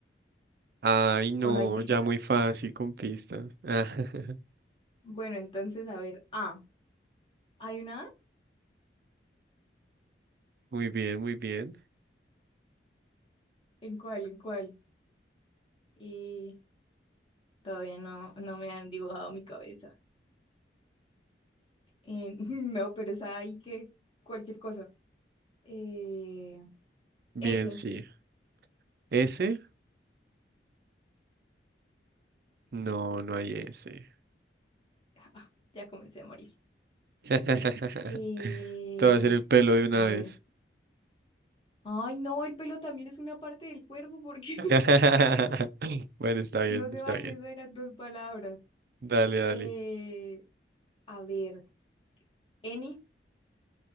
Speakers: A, on the right; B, on the left.
A: Ay, no,
B: ¿O no hay pistas?
A: ya muy fácil con pistas. <laughs>
B: Bueno, entonces, a ver, A. ¿Hay una A?
A: Muy bien, muy bien.
B: ¿En cuál? ¿En cuál? Y todavía no, no me han dibujado mi cabeza. Eh, <laughs> no, pero es ahí que cualquier cosa. Eh,
A: Bien,
B: ese.
A: sí. ¿Ese? No, no hay ese.
B: Ah, ya comencé a morir.
A: <laughs>
B: Eh,
A: Te va a hacer el pelo de una
B: a
A: vez.
B: ver. Ay, no, el pelo también es una parte del cuerpo porque
A: <laughs> Bueno,
B: <laughs>
A: está bien,
B: no se
A: está
B: vale,
A: bien.
B: eso eran dos palabras.
A: Dale, dale.
B: Eh, a ver, N